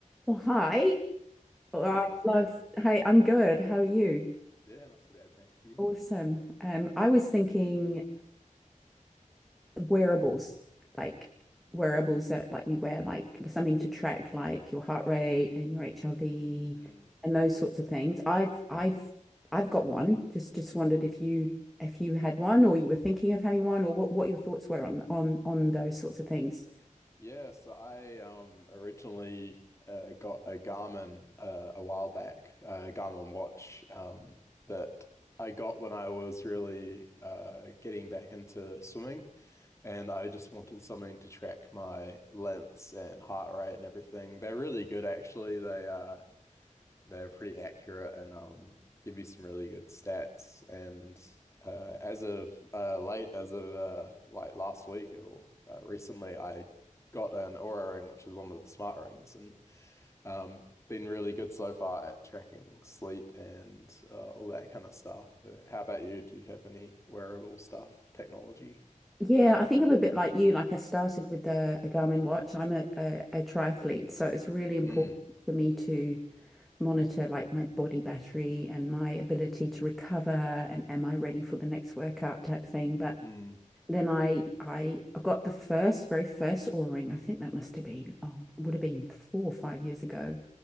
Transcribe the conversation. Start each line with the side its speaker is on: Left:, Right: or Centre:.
Centre: Well, hi. Well,
Left: Hey,
Centre: I
Left: how's
Centre: love.
Left: it going?
Centre: Hey, I'm good. How are you?
Left: Yeah, not too bad, thank you.
Centre: Awesome. Um, I was thinking wearables, like wearables that like we wear, like something to track, like your heart rate and your HRV
Left: Mm.
Centre: and those sorts of things. I've I've I've got one. Just just wondered if you if you had one or you were thinking of having one or what what your thoughts were on on on those sorts of things.
Left: Yeah, so I um originally uh, got a Garmin uh, a while back, a Garmin watch um that I got when I was really uh getting back into swimming, and I just wanted something to track my lengths and heart rate and everything. They're really good actually. They uh they're pretty accurate and um give you some really good stats. And uh, as of uh, late, as of uh, like last week or uh, recently, I got an Oura ring, which is one of the smart rings, and um been really good so far at tracking sleep and uh, all that kind of stuff. Uh, how about you? Do you have any wearable stuff, technology?
Centre: Yeah, I think I'm a bit like you. Like I started with a, a Garmin watch. I'm a, a, a triathlete, so it's really important
Left: Mm,
Centre: for me to monitor like my body battery and my ability to recover and am I ready for the next workout type thing. But
Left: mm,
Centre: then I I got the first, very 1st aura O-ring. I think that must have been, oh, it would have been four or five years ago.